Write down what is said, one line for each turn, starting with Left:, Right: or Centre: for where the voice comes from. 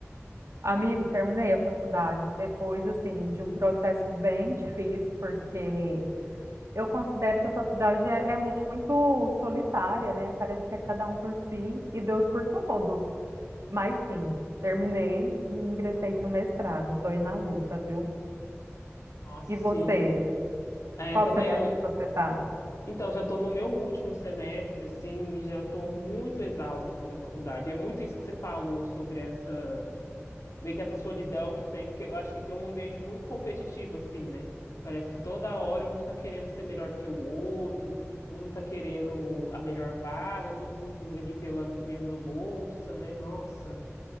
Right: Amigo, terminei a faculdade depois, assim, de um processo bem difícil, porque eu considero que a faculdade é, é muito solitária, né? Parece que é cada um por si e Deus por todos. Mas sim, terminei e ingressei no mestrado. Estou aí na luta, viu?
Left: Nossa,
Right: E
Left: sim.
Right: você?
Left: É,
Right: Qual
Left: também
Right: semestre
Left: eu-
Right: você está?
Left: então já estou no meu último semestre assim, e já estou muito exausta assim da faculdade. É muito isso que você falou sobre essa meio que essa solidão que tem, porque eu acho que é um ambiente muito competitivo, assim, né? Parece que toda hora um tá querendo ser melhor do que o outro, um tá querendo a melhor vaga, todo mundo ali pela mesma bolsa, né? Nossa.